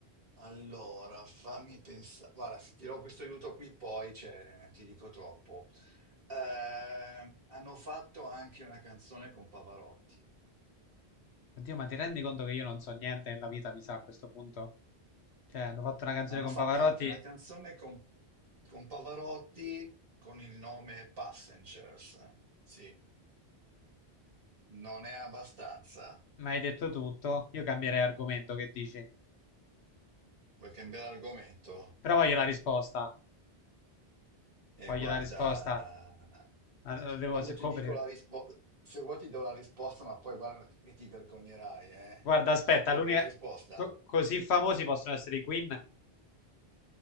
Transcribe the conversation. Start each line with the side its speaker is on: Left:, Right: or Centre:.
Right: Allora, fammi pensare. Guarda, se ti do questo aiuto qui, poi cioè, ti dico troppo. Eh, hanno fatto anche una canzone con Pavarotti.
Left: Oddio, ma ti rendi conto che io non so niente nella vita, mi sa, a questo punto? Cioè, hanno fatto una canzone
Right: Hanno
Left: con
Right: fatto
Left: Pavarotti,
Right: anche una canzone con, con Pavarotti con il nome Passengers. Sì, non è abbastanza.
Left: ma hai detto tutto. Io cambierei argomento, che dici?
Right: Vuoi cambiare argomento?
Left: Però voglio la risposta.
Right: Eh,
Left: Voglio
Right: guarda,
Left: la risposta. Ma la devo
Right: quando
Left: se
Right: ti
Left: coprire.
Right: dico la risposta, se vuoi ti do la risposta, ma poi guarda che ti vergognerai, eh?
Left: Guarda, aspetta,
Right: Sei sicuro?
Left: l'unica...
Right: Vuoi la risposta?
Left: co- così famosi possono essere i Queen?